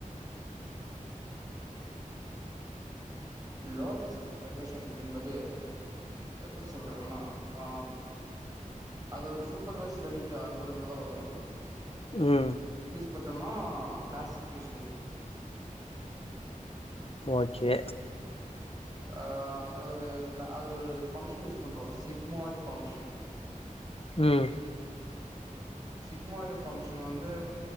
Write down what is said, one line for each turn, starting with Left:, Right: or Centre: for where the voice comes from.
Right: லாஜிஸ்டிக் ரெகரஷன் என்பது எப்டி சொல்றதுனா ஆ அத ஒரு சூப்பர்வைஸ் லேர்னிங்கு அல்கோரிதம்லதா வரோ
Left: உம்
Right: பாத்தோனா கிளாசிபிகேஷனுக்கு
Left: ஓகே
Right: ஆ அதுல ஒரு அதுல ஒரு ஃபங்க்ஷன் யூஸ் பண்றோவ சிக்மாய்டு ஃபங்க்ஷன்
Left: உம்
Right: சிக்மாய்டு ஃபங்க்ஷன் வந்து